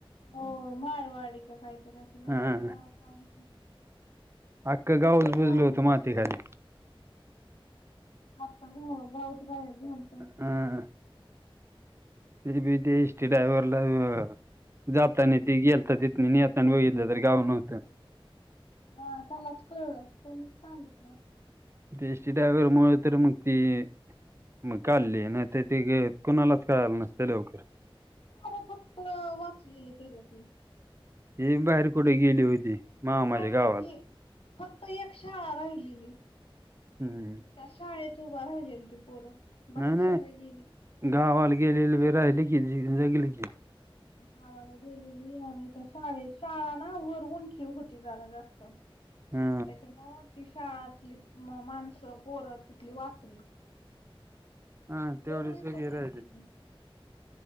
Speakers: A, on the left (about 75°); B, on the right (about 25°).
A: हो माळवाडी का खायत ना असं गाडी..
B: हा. अख्खं गावस बुजल
A: वाहून
B: होतं
A: गेलतात.
B: माती खाली.
A: आक्का गांवच गायब झालता
B: हंं.. तरी ब ते एस टी ड्राय्हरला.. जाताना त गेलता ति येताना बघितलं तरी गाव नव्हतं
A: हा त्यालाच कळलं त्यांनी सांगितलं
B: े एस्टि ड्रायवर मुळं तर मगती... मग काढली नाही ते त कुणालाच कळाला नसते लवकर
A: अर फक्त वाचलेली त्याच्यातले
B: हे बाहेर कुठे गेली होती.. मामाच्या
A: बाहेर नकी
B: गावाला
A: फक्त एक शाळा राहिलेली
B: हम्म.
A: त्याशाळेत उभा रायलेल ती पोरं बाकी
B: नाही नाही
A: सगळे गेली.
B: गावाला गेलेले व राहिले की ज जगले की
A: गावाला गेलेली आणि त्या शाळ शाळा ना वरवूनचीव होती जरा जास्त
B: हा
A: त्याच्यामुं ती शाळातली माणसं पोरं तिथली वाचली
B: हा तेवढी
A: े माणसून
B: सगळी
A: येईल
B: राहिली
A: तिथे